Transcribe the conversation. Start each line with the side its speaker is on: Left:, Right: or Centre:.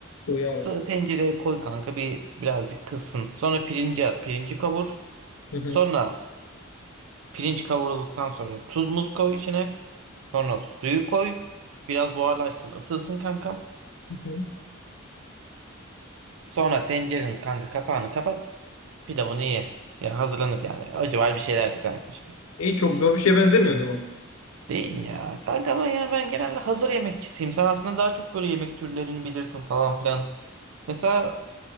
Left: Sıvı yağ
Right: Sıvı
Left: var.
Right: tencereye koy kanka bir birazcık kızsın. Sonra pirinci at. Pirinci kavur.
Left: Hı hı,
Right: Sonra pirinç kavrulduktan sonra tuz muz koy içine. Sonra suyu koy. Biraz buharlaşsın, ısınsın kankam.
Left: hı hı.
Right: Sonra tencerenin kanka kapağını kapat. Pilavını ye. Yani hazırlanır yani. Acı var bir şeyler de kanka işte.
Left: İyi çok zor bir şeye benzemiyor o zaman.
Right: Değil ya. Kanka ama yani ben genelde hazır yemekçisiyim. Sen aslında daha çok böyle yemek türlerini bilirsin falan filan. Mesela